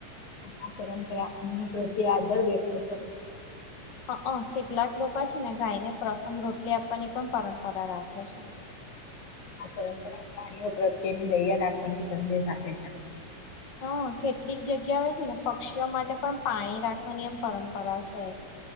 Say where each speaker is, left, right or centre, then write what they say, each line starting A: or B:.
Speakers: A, on the left; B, on the left.
A: આ પરંપરા અન્ન પ્રત્યે આદર વ્યક્ત કરે છે.
B: હ કેટલાક લોકો છે ને ગાયને પ્રથમ રોટલી આપવાની પણ પરંપરા રાખે છે, <unintelligible>
A: આ પરંપરા પ્રાણીઓ પ્રત્યેની દૈયા રાખવાની સંદેશ આપે છે.
B: હા, કેટલીક જગ્યા હો છે ને પક્ષીઓ માટે પણ પાણી રાખવાની એમ પરંપરા છે.